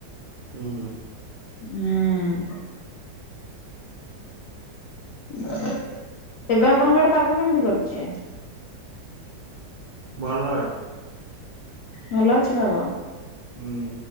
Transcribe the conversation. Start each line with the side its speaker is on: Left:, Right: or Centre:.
Right: ହୁଁ।
Left: ହୁଁ। ତେବେ ଆପଣଙ୍କ ଆଡେ ପାଗ କେମିତି କରିଚି?
Right: ଭଲ ଅଛି।
Left: ଭଲ ଅଛି ପାଗ?
Right: ହୁଁ।